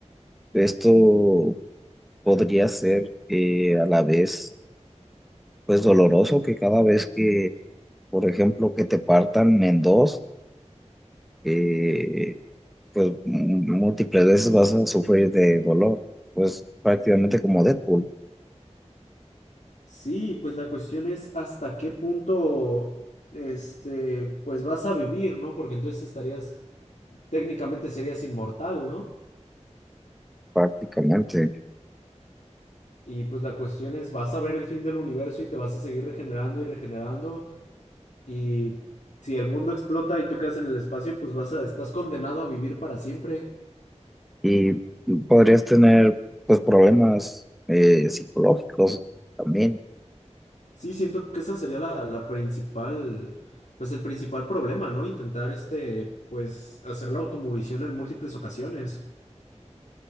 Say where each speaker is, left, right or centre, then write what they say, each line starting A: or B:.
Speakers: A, in the centre; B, on the left (about 80°).
A: esto podría ser eh, a la vez pues doloroso que cada vez que por ejemplo, que te partan en dos, eh, pues m- múltiples veces vas a sufrir de dolor, pues prácticamente como Deadpool,
B: Sí, pues la cuestión es hasta qué punto, este, pues vas a vivir, ¿no? Porque entonces estarías, técnicamente serías inmortal, ¿no?
A: prácticamente.
B: Y pues la cuestión es, vas a ver el fin del universo y te vas a seguir regenerando y regenerando. Y si el mundo explota y tú quedas en el espacio, pues vas a, estás condenado a vivir para siempre.
A: Y mm, podrías tener, pues, problemas eh, psicológicos también,
B: Sí, siento que esa sería la, la principal, pues el principal problema, ¿no? Intentar, este, pues hacer la automurición en múltiples ocasiones.